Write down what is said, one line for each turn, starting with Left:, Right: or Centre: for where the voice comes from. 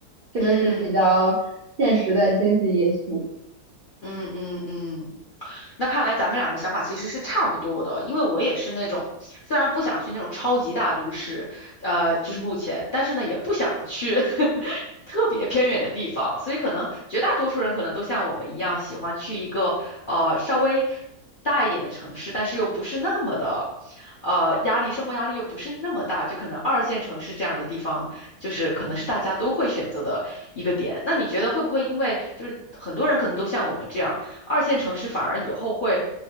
Right: 这个是比较现实的经济因素。
Left: 嗯嗯嗯嗯嗯那看来咱们两个想法其实是差不多的，因为我也是那种虽然不想去那种超级大都市，呃，就是目前，但是呢也不想去 <laughs> 特别偏远的地方，所以可能绝大多数人可能都像我们一样，喜欢去一个呃稍微大一点的城市，但是又不是那么的，呃，压力，生活压力又不是那么大，就可能二线城市这样的地方，就是可能是大家都会选择的一个点。那你觉得会不会因为就是很多人可能都像我们这样？二线城市反而以后会